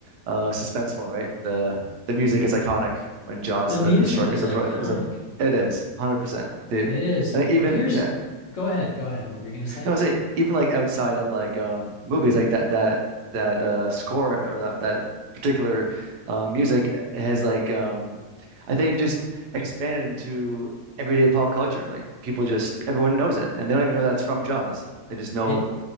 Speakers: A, on the right (about 80°); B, on the left (about 60°).
A: uh, suspenseful, right? The the music is iconic when Jaws,
B: The music
A: uh, the shark
B: is
A: is a
B: iconic.
A: pro- is a it is 100%. The
B: It is.
A: and even
B: But here's,
A: yeah,
B: go ahead, go ahead. What were you going to say?
A: no, I say even like outside of like um movies like that that that uh score or that that particular uh, music has like um I think just expanded into everyday pop culture. Like people just everyone knows it and they don't even know that it's from Jaws. They just know
B: It